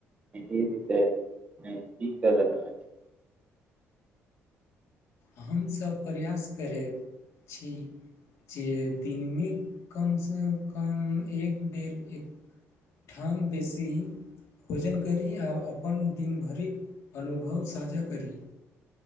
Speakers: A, on the right (about 25°); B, on the left (about 70°).
A: एही विषय ने की कर रहल छी
B: हमसभ प्रयास करैत छी जे दिनमे कमसँ कम एक बेर एकठाम बेसी भोजन करि आ अपन दिनभरिक अनुभव साझा करी